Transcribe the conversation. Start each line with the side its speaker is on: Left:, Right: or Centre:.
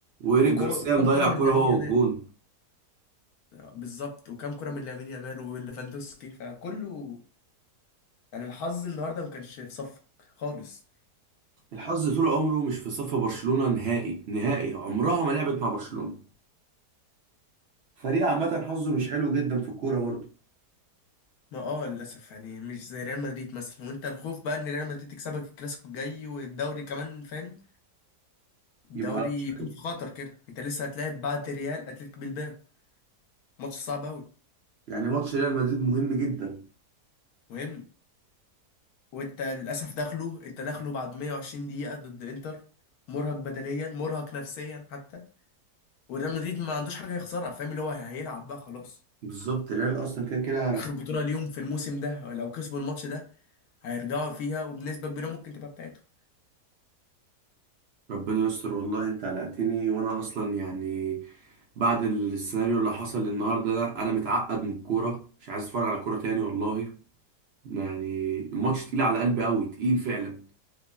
Right: وايريك
Left: وكو-
Right: جارسيا
Left: وكام
Right: مضيع
Left: كرة من
Right: كره
Left: لامين
Right: هو
Left: يامال
Right: والجون
Left: بالظبط وكام كرة من لامين يامال وليفاندوسكي فكله يعني الحظ النهارده ما كانش في صفك خالص
Right: الحظ طول عمره مش في صف برشلونه نهائي نهائي عمرها ما لعبت مع برشلونه فريق عامه حظه مش حلو جدا في الكوره برضه
Left: ما اه للاسف يعني مش زي ريال مدريد مثلا وانت الخوف بقى ان ريال مدريد تكسبك الكلاسيكو الجاي والدوري كمان فاهم الدوري
Right: يبقى على وشك.
Left: يكون في خطر كده انت لسه هتلاعب بعد ريال اتلتيك بالباو ماتش صعب قوي
Right: يعني ماتش ريال مدريد مهم جدا
Left: مهم وانت للاسف داخله انت داخله بعد 120 دقيقة ضد انتر مرهق بدنيا مرهق نفسيا حتى والريال مدريد ما عندوش حاجه يخسرها فاهم اللي هو هيلعب بقى خلاص
Right: بالظبط ريال اصلا كده كده
Left: اخر بطوله ليهم في الموسم ده لو كسبوا الماتش ده هيرجعوا فيها وبنسبه كبيره ممكن تبقى بتاعتهم
Right: ربنا يستر والله انت قلقتني وانا اصلا يعني بعد السيناريو اللي حصل النهارده ده انا متعقد من الكوره مش عايز اتفرج على كوره تاني والله يعني الماتش تقيل على قلبي قوي تقيل فعلا